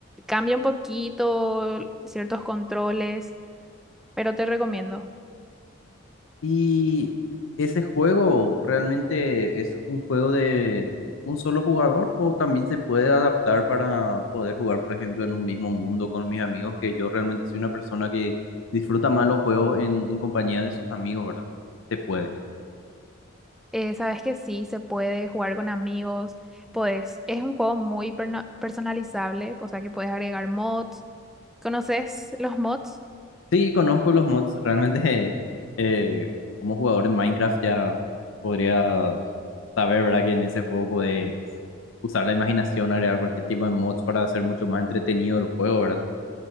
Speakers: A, in the centre; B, on the left (about 75°).
A: cambia un poquito ciertos controles, pero te recomiendo.
B: Y ese juego realmente es un juego de un solo jugador o también se puede adaptar para poder jugar, por ejemplo, en un mismo mundo con mis amigos, que yo realmente soy una persona que disfruta más los juegos en, en compañía de sus amigos, ¿verdad? Se puede.
A: eh, sabes que sí, se puede jugar con amigos, pues es un juego muy perna- personalizable, o sea que puedes agregar mods. ¿Conoces los mods?
B: Sí, conozco los mods, realmente <laughs> eh, como jugador en Minecraft ya podría saber, ¿verdad? Que en ese juego puedes usar la imaginación, agregar cualquier tipo de mods para hacer mucho más entretenido el juego, ¿verdad?